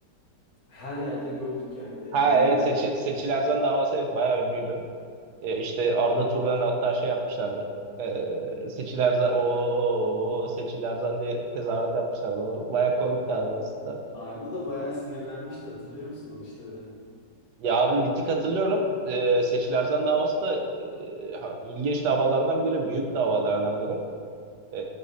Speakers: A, on the left; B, on the right.
A: her yerde gördük yani.
B: Ha
A: Dedin
B: evet
A: yani.
B: Seçi, Seçil
A: Yani
B: Erzan davası hep bayağı ünlüydü. E, işte Arda Turan'ı hatta şey yapmışlardı. E, Seçil Erzan o Seçil Erzan diye tezahürat yapmışlardı. O bayağı komikti abi aslında.
A: Arda da bayağı sinirlenmişti hatırlıyor musun o işleri?
B: Ya abi bir tık hatırlıyorum. E, Seçil Erzan davası da e, ha, ilginç davalardan biri. Büyük davalardan biri. E,